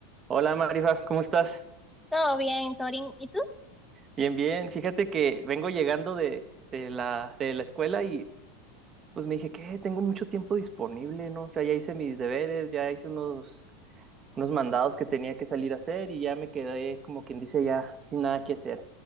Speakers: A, on the right; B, in the centre.
A: Hola Marifa, ¿cómo estás?
B: Todo bien, Torin. ¿Y tú?
A: Bien, bien. Fíjate que vengo llegando de, de la, de la escuela y pues me dije, que Tengo mucho tiempo disponible, ¿no? O sea, ya hice mis deberes, ya hice unos, unos mandados que tenía que salir a hacer y ya me quedé, como quien dice, ya sin nada que hacer.